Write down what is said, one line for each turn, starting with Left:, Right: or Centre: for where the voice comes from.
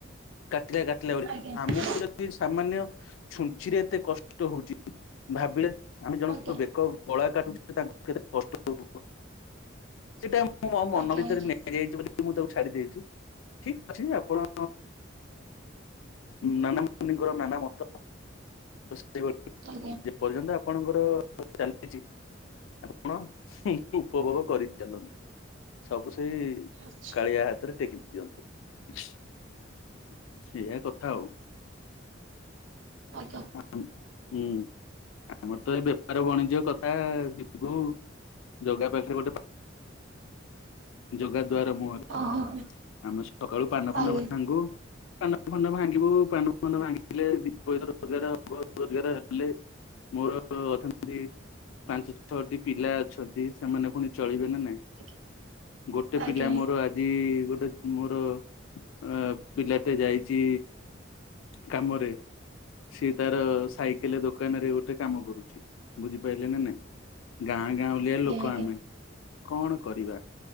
Left: କାଟିଲା କାଟିଲା ବୋଲି
Right: ଆଜ୍ଞା
Left: ଆମକୁ ଯଦି ସାମାନ୍ୟ ଛୁଞ୍ଚି ରେ ଏତେ କଷ୍ଟ ହଉଛି ଭାବିଲେ ଆମେ ଜଣଙ୍କର
Right: ଆଜ୍ଞା ଆଜ୍ଞା
Left: ବେକ ଗଳା କାଟୁଛେ ତାଙ୍କୁ କେତେ କଷ୍ଟ ହଉଥିବ? ସେଟା ମୁଁ ମୋ
Right: ଆଜ୍ଞା
Left: ମନ
Right: ଆଜ୍ଞା
Left: ଭିତରେ ନେଇଯାଇଛି ବୋଲି ମୁଁ ତାକୁ ଛାଡି ଦେଇଛି। ଠିକ ଅଛି ଆପଣ ନାନ ମିଙ୍କର ନାନା ମତ। ତ ସେ
Right: ଆଚ୍ଛା
Left: ଯେପର୍ଯ୍ୟନ୍ତ ଆପଣଙ୍କର ଚାଲିଛି ଆପଣ ଉପଭୋଗ କରିଚାଲନ୍ତୁ। ସବୁ ସେଇ
Right: ଆଚ୍ଛା।
Left: କାଳିଆ ହାତରେ ଟେକି ଦିଅନ୍ତୁ। ସେଇୟା କଥା ଆଉ।
Right: ଆଜ୍ଞା
Left: ଆ ହୁଁ। ଆମର ତ ଏ ବେପାର ବାଣିଜ୍ୟ କଥା ଯିବୁ ଯୋଗା ପାଖରେ ଗୋଟେ ଯୋଗା ଦ୍ଵାର ମୁହରେ
Right: ଓହୋ ଆଜ୍ଞା।
Left: ଆମ ସକାଳୁ ପାନ ଫାନ
Right: ଆଜ୍ଞା
Left: ଭାଙ୍ଗୁ ପାନ ଫାନ ଭାଙ୍ଗିବୁ ପାନ ଫାନ ଭାଙ୍ଗି ଦେଲେ ପଇସା ରୋଜଗାର ହବ ରୋଜଗାର ହେଲେ ମୋର ଅର୍ଥନୀତି ପାଞ୍ଚ ଛଅଟି ପିଲା ଅଛନ୍ତି ସେମାନେ ପୁଣି ଚଳିବେ ନା ନାଇଁ।
Right: <inaudible>
Left: ଗୋଟେ
Right: ଆଜ୍ଞା
Left: ପିଲା
Right: ଆଜ୍ଞା
Left: ମୋର ଆଜି ଗୋଟେ ମୋର ଅ ପିଲାଟେ ଯାଇଛି କାମରେ। ସିଏ ତାର ସାଇକେଲ ଦୋକାନ ରେ ଗୋଟେ କାମ କରୁଛି ବୁଝିପାରିଲେ ନା ନାଇଁ? ଗାଁ ଗାଁଉଲିଆ ଲୋକ
Right: ଆଜ୍ଞା।
Left: ଆମେ କଣ କରିବା?